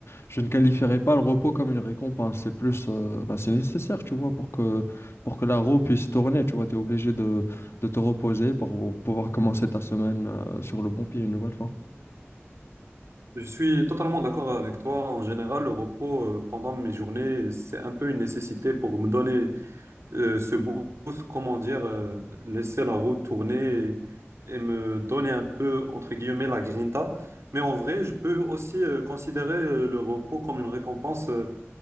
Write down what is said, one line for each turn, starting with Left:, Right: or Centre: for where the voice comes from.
Left: je ne qualifierais pas le repos comme une récompense. C'est plus, euh, ben, c'est nécessaire, tu vois, pour que pour que la roue puisse tourner, tu vois, tu es obligé de, de te reposer pour pouvoir commencer ta semaine, euh, sur le bon pied une nouvelle fois.
Right: Je suis totalement d'accord avec toi. En général, le repos euh, pendant mes journées, c'est un peu une nécessité pour me donner euh, ce boost, comment dire, euh, laisser la roue tourner et, et me donner un peu, entre guillemets, la grinta. Mais en vrai, je peux aussi euh, considérer euh, le repos comme une récompense euh,